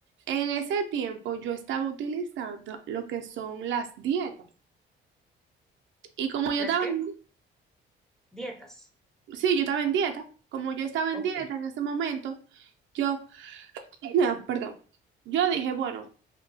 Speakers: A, on the right; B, in the centre.
A: En ese tiempo yo estaba utilizando lo que son las dietas. Y como yo
B: ¿Las
A: estaba
B: qué?
A: en,
B: Dietas.
A: sí, yo estaba en dieta, como yo estaba
B: Ok,
A: en dieta en ese momento, yo, <clears throat> perdón, yo dije, bueno.